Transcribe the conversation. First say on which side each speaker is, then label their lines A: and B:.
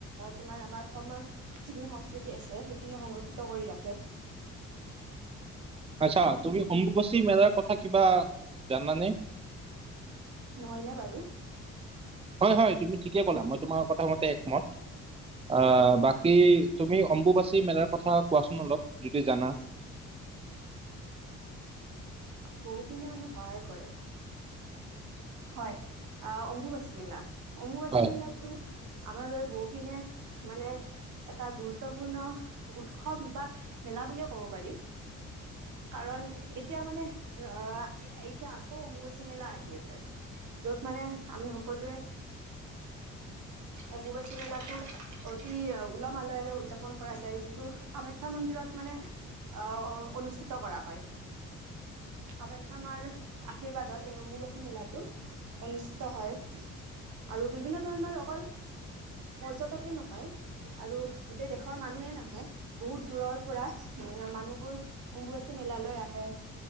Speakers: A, on the right (about 75°); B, on the right (about 20°).
A: তোমাৰ আমাৰ অসমৰ যিখিনি সংস্কৃতি আছে, সেইখিনি সংৰক্ষিত কৰি ৰাখে।
B: আচ্ছা তুমি অম্বুবচি মেলাৰ কথা কিবা জানা নে?
A: নহয়নে বাৰু?
B: হয় -হয় তুমি ঠিকে ক'লা মই তোমাৰ কথা মতে একমত। আহ, বাকী তুমি অম্বুবাচী মেলাৰ কথা কোৱাচোন অলপ যদি জানা?
A: বহুখিনিয়ে মানে সহায় কৰে। হয়, অম্বুবাচিমেলা, অম্ববুচি
B: হয়
A: মেলাতো, আমাৰ বাবে বহুখিনিয়ে মানে এটা গুৰুত্বপূৰ্ণ উৎসৱ বা মেলা বুলিয়ে ক'ব পাৰি। কাৰণ এতিয়া মানে, অত, এটা, - আকৌ আম্ববুচি মেলা আহি আছে। -যত মানে আমি সকলোৱে অম্বুবাচী মেলাটো অতি উলহ - মালহেৰে উদযাপন কৰা যায়। যিটো কামাখ্যা মন্দিৰত মানে অহ, অনুষ্ঠিত কৰা হয় কামাখ্যা মাৰ আশীৰ্বাদত এই অম্বুবাচী মেলা, টো অনুষ্ঠিত হয় আৰু বিভিন্ন ধৰণৰ অকল পৰ্যটকে নহয় আৰু গোটেই দেশৰ মানুহেই নাহে বহুত দূৰৰ পৰা উম, মানুহবোৰ অম্বুবাচী মেলালৈ আহে